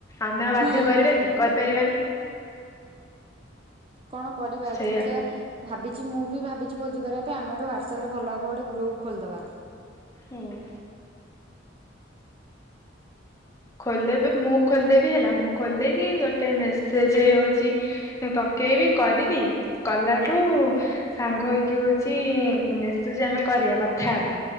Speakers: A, on the left; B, on the right.
A: ଆମେ ଆଉ
B: ହୁଁ
A: ବାଧ୍ୟ କରିବା କି କରିପାରିବାନି।
B: କଣ କରିବା?
A: ସେଇଆ
B: ଦେଖିଆ। ଭାବିଛି ମୁଁ ବି ଭାବିଛି ଭୋଜି କରିବା ପାଇଁ ଆମର ହ୍ୱାଟସପ ରେ ଭଲ ହବ ଗୋଟେ ଗ୍ରୁପ୍ ଖୋଲିଦବା।
A: ହୁଁ ଖୋୋଲିଦେବେ ମୁଁ ଖୋଲିଦେବି ହେଲା। ମୁଁ ଖୋଲିଦେଇ କି ଗୋଟେ ମେସେଜେ ହଉଚି ପକେଇବି କରିବି କଲାଠୁ ସାଙ୍ଗ ହେଇକି ହଉଛି ମେସେଜେ ଆମେ କରିବା କଥା ହବା।